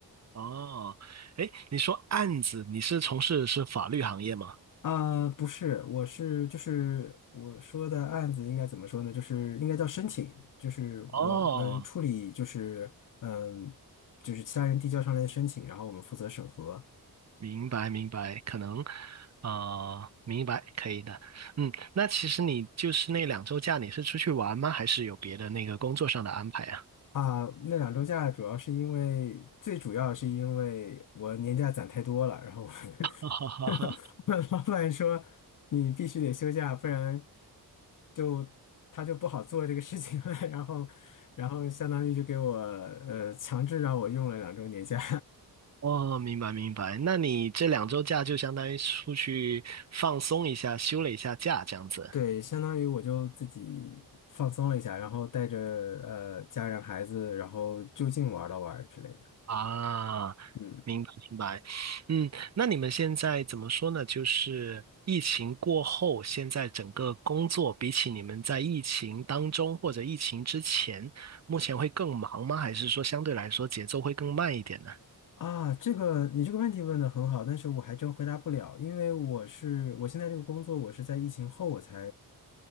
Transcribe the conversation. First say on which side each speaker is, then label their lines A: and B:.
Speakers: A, on the right; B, on the left.
A: 哦，哎，你说案子，你是从事是法律行业吗？
B: 啊、不是，我是就是我说的案子应该怎么说呢？就是应该叫申请，就是我们处理就是嗯，
A: 哦，
B: 就是其他人递交上来的申请，然后我们负责审核。
A: 明白明白，可能，呃，明白，可以的。嗯，那其实你就是那两周假，你是出去玩吗？还是有别的那个工作上的安排啊？
B: 啊，那两周假主要是因为，最主要是因为我年假攒太多了，然后我 <laughs>
A: <laughs> 哈哈哈哈。
B: 我老板说你必须得休假，不然就他就不好做这个事情了。<laughs> 然后，然后相当于就给我呃强制让我用了两周年假，
A: 哦，明白明白。那你这两周假就相当于出去放松一下，休了一下假，这样子。
B: <laughs> 对，相当于我就自己放松了一下，然后带着呃家人孩子，然后就近玩了玩之类的。
A: 啊，
B: 嗯。
A: 明白明白，嗯，那你们现在怎么说呢？就是疫情过后，现在整个工作比起你们在疫情当中或者疫情之前，目前会更忙吗？还是说相对来说节奏会更慢一点呢？
B: 啊，这个你这个问题问的很好，但是我还真回答不了，因为我是我现在这个工作，我是在疫情后我才